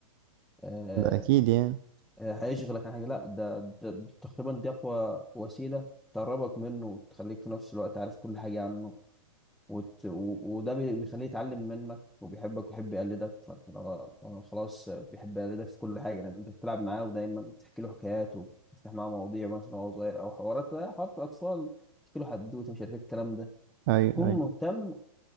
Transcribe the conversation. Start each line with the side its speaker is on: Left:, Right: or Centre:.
Centre: آه،
Right: ده اكيد يعني
Centre: آه، هيشغلك عن حاجه لا ده, ده, ده تقريبا دي اقوى وسيله تقربك منه وتخليك في نفس الوقت عارف كل حاجه عنه وت... و... وده بي- بيخليه يتعلم منك وبيحبك ويحب يقلدك ف- فلو هو خلاص بيحب يقلدك في كل حاجة لأن أنت بتلعب معاه ودايما بتحكي له حكايات وبتفتح معاه مواضيع مثلا وهو صغير أو حوارات حوارات الأطفال تحكي له حدوتة مش عارف إيه الكلام ده
Right: ايوه
Centre: كن مهتم
Right: ايوه